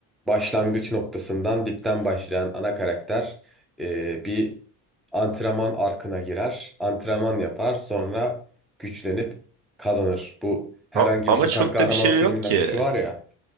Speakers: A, in the centre; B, on the right.
A: başlangıç noktasından dipten başlayan ana karakter e, bir antrenman arkına girer, antrenman yapar, sonra güçlenip kazanır. Bu herhangi
B: A- Ama
A: bir süper
B: çok
A: kahraman
B: da bir şey
A: filmin
B: yok
A: akışı
B: ki.
A: var ya.